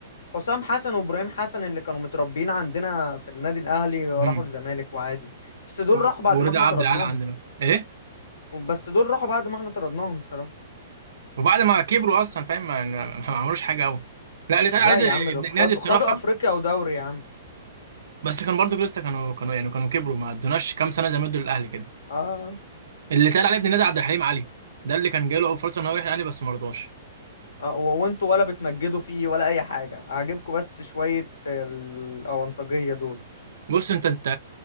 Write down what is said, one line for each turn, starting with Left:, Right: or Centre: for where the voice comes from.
Left: حسام حسن وابراهيم حسن اللي كانوا متربيين عندنا في النادي الاهلي راحوا
Right: امم
Left: الزمالك وعادي بس دول
Right: و-
Left: راحوا بعد
Right: ورضا
Left: ما احنا
Right: عبد
Left: طردناهم
Right: العال عندنا ايه
Left: بس دول راحوا بعد ما احنا طردناهم الصراحة
Right: وبعد ما كبروا اصلا فاهم ما, ما ما عملوش حاجه قوي لا اللي اتقال
Left: لا
Right: عليه
Left: يا
Right: ده
Left: عم دول
Right: ابن النادي
Left: خدوا
Right: الصراحه
Left: خدوا افريقيا ودوري يا عم
Right: بس كان برضو لسه كانوا كانوا يعني كانوا كبروا ما ادوناش كام سنه زي ما ادوا للاهلي كده
Left: اه,
Right: اللي اتقال عليه ابن النادي عبد الحليم علي ده اللي كان جاي له اول فرصه ان هو يروح الاهلي بس ما رضاش
Left: آه. و- وانتوا ولا بتمجدوا فيه ولا اي حاجة عاجبكم بس شوية الاونطاجية دول
Right: بص انت انت